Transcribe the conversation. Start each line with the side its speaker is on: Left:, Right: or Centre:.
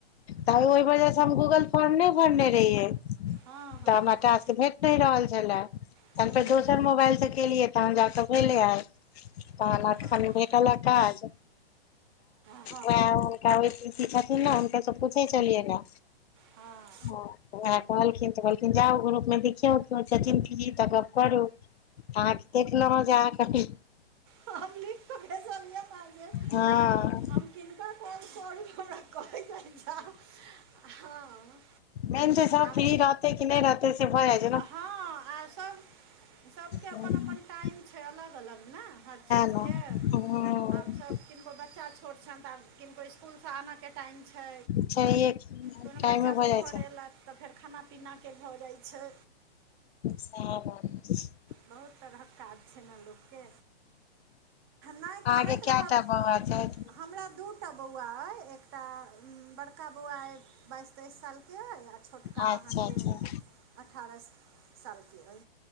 Left: तऽ ओहि वजहसँ हम गूगल फॉर्म नहि भरने रहियै,
Right: हँ हँ
Left: तऽ हमरा
Right: हँ
Left: टास्क। तऽ भेट नहि रहल छलए,
Right: हूँ
Left: तखन फेर
Right: हूँ,
Left: दोसर मोबाइलसँ केलियै, तखन जा कऽ आइ भेलै। तहन अखन
Right: हँ हँ
Left: भेटल आ टास्क
Right: हँ
Left: वेहा हुनका क छथिन ने हुनके सब पूछै छललियै ने
Right: हँ हँ
Left: ह ओ कहलखिन तऽ कहलखिन, जाउ, ग्रुपमे देखियौ, कियो फ्री छथिन तऽ गप्प करू। आहाँ के देखलो जे आहानके कथि
Right: ह हम लिख के भेजलिये हिनका कहलिए,
Left: हँ
Right: हम किनका कॉल करू? हमरा कहै जाय, जाउ। हँ
Left: मेन छै सब
Right: आब
Left: फ्री रहते की नहि रहते से भा जाये
Right: हँ आओर सभ सभके अपन
Left: सएह
Right: अपन टाइम छै अलग अलग ने हर चीजके
Left: ने हँ
Right: आब सभ किनको बच्चा छोट छनि, तऽ आब किनको इसकुलसँ आनयके टाइम छै।
Left: छैहे कि
Right: दुनू
Left: टाइमे
Right: बच्चासभ
Left: भऽ जाइ
Right: घर
Left: छै
Right: अयलथि तऽ फेर खाना-पीना भऽ जाइत छै।
Left: सेहए बात छै।
Right: बहुत तरहक काज छै ने लोकके नहि
Left: अहाँके
Right: करैत
Left: कएटा
Right: रहब
Left: बौआ छथि
Right: हमरा दू टा बौआ अइ एक तऽ बड़का बौआ अइ। बाइस-तेइस सालके आ छोटका
Left: अच्छा
Right: अहाँके।
Left: अच्छा
Right: अठारह सालके अइ।